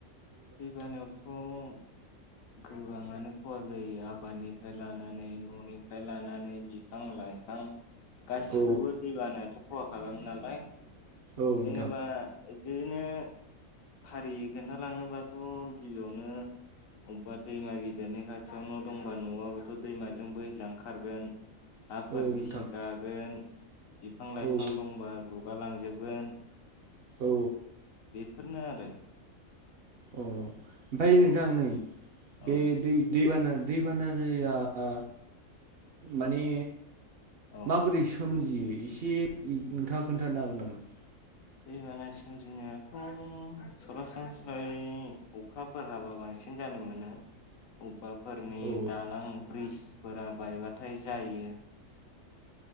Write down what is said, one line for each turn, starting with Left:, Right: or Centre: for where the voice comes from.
Left: दै बानायावथ' गोबांङानो खहा जायो आबादनिफ्राय लानानै न'निफ्राय लानानै <unintelligible> फां- लाइफां गासिखौबो
Right: औ
Left: दै बानायाथ' खहा खालामो नालाय।
Right: औ नोंथां
Left: जेनेबा इदिनो फारियै खोन्थालांङोबा थ' गिबियावनो अबेबा दैमा गिदिरनि खाथियाव न' दंबा न'आबोथ' दैमाजों बोहैलांखारगोन। हाफोर
Right: औ नोंथां
Left: गिसि गागोन बिफां -लाइफां
Right: औ
Left: दंबा गुगालांजोब गोन।
Right: औ
Left: बेफोरनो आरो।
Right: अ ओमफ्राय
Left: औ
Right: नोंथां नै
Left: औ
Right: बे दै दैबाना दैबाना जायोबा माने
Left: औ
Right: माबोरै सोमजियो एसे <unintelligible> नोंथाङा खोन्थानो हागोन नामा?
Left: दैबाना सोमजिनायाथ' सरासनस्रायै अखाफोर हाबा बांसिन सिन जानो मोनो। माबाफोरनि
Right: अ
Left: दालां ब्रिजफोरा बायबाथाय जायो।